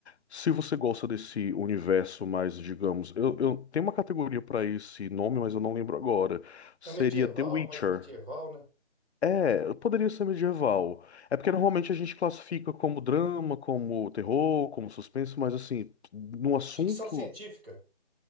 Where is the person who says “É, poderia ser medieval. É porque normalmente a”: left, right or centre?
Left